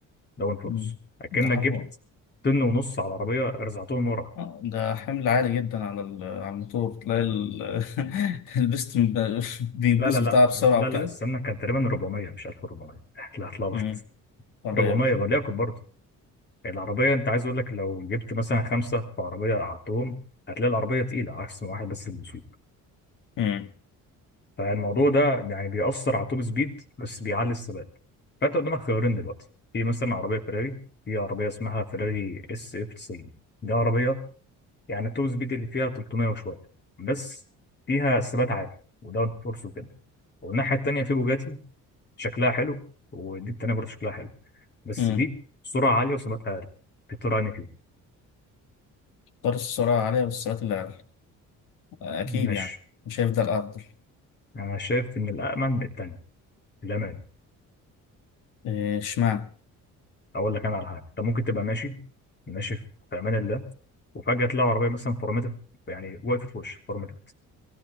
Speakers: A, on the left; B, on the left.
A: داون فورس
B: مم.
A: اكنك
B: ده حرب
A: جبت طن ونص على العربيه رزعتهم ورا
B: آه، ده حمل عالي جدا على ال- على الموتور تلاقي ال- <laughs> البستم بيبوظ
A: لا لا لا
B: بتاعها بسرعه
A: لا
B: وكده
A: لا استنى كان تقريبا 400 مش 1400 <laughs> لا اتلخبط
B: امم طيب
A: 400 وليكن برضه العربيه انت عايز اقول لك لو جبت مثلا خمسه في عربيه قعدتهم هتلاقي العربيه تقيله عكس ما واحد بس اللي بيسوق
B: امم
A: فالموضوع ده يعني بيأثر على التوب سبيد بس بيعلي الثبات فانت قدامك خيارين دلوقتي في مثلا عربيه فيراري في عربيه اسمها فيراري اس اف 90 دي عربيه يعني التوب سبيد اللي فيها 300 وشويه بس فيها ثبات عالي وداون فورس وكده والناحيه التانيه في بوجاتي شكلها حلو ودي التانيه برضه شكلها حلو بس
B: امم
A: دي سرعه عاليه وثباتها عالي في طور اني كيو
B: طار السرعه عاليه والسرعات اللي عالية. اكيد
A: ماشي
B: يعني مش هيفضل افضل
A: انا شايف ان الامن التانيه الامان
B: إيه، اشمعنى
A: اقول لك انا على حاجه انت ممكن تبقى ماشي ماشي في في امان الله وفجاه تلاقي عربيه مثلا فرمتت يعني وقفت في وشك فرمتت